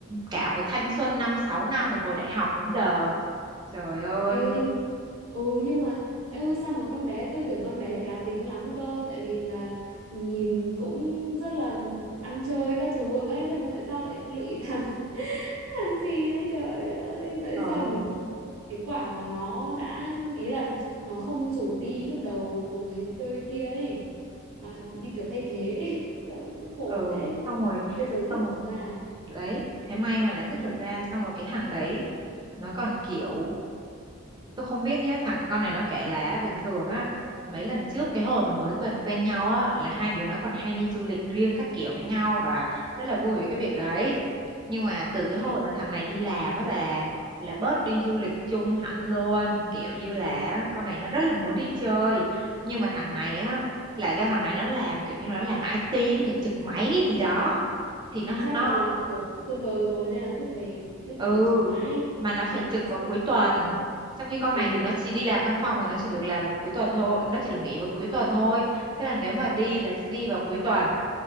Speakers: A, on the right; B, on the right.
A: cả một thanh xuân năm sáu năm từ hồi đại học đến giờ trời ơi
B: Em ơi nhưng ừ nhưng mà em ơi sao mà con bé tôi tưởng con bé đấy cá tính lắm cơ tại vì là nhìn cũng rất là ăn chơi các thứ ấy thế mà tại sao lại lụy thằng <laughs> thằng gì đấy trời ơi tại
A: ừ
B: sao cái quả mà nó đã ý là nó không rủ đi lúc đầu cùng với đôi kia ấy mà như kiểu thay thế ấy. <laughs> trời ơi, khổ
A: ừ
B: thế
A: xong rồi
B: bây giờ rất
A: xong rồi
B: ra ấy.
A: đấy thế may mà đã dứt được ra xong rồi cái thằng đấy nó còn kiểu tôi không biết nhá thằng con này nó kể là bình thường á mấy lần trước cái hồi mà mới quen quen nhau á là hai đứa nó còn hay đi du lịch riêng các kiểu với nhau và rất là vui với cái việc đấy nhưng mà từ cái
B: Ừ.
A: hồi mà thằng này đi làm á bà là bớt đi du lịch chung hẳn luôn kiểu như là con này nó rất là muốn đi chơi nhưng mà thằng này á là do thằng này nó làm kiểu như nó làm IT nó phải trực máy cái gì đó thì
B: À,
A: nó
B: chắc
A: nó
B: là làm kiểu trực server rồi nên là cứ phải cứ
A: ừ
B: phải trực mãi
A: mà nó phải trực
B: thế
A: vào
B: xong
A: cuối tuần trong khi con
B: ừ
A: này
B: đúng
A: thì nó
B: rồi
A: chỉ đi làm văn phòng thì nó chỉ được làm vào cuối tuần thôi nó chỉ được nghỉ vào cuối tuần thôi thế là nếu mà đi là sẽ đi vào cuối tuần